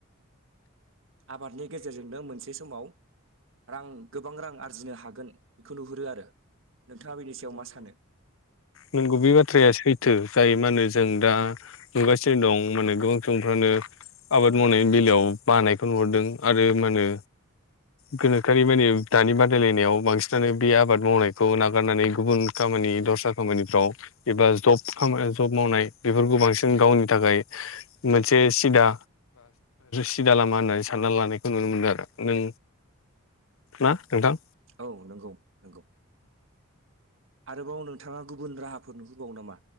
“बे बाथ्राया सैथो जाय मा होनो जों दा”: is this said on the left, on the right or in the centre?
Left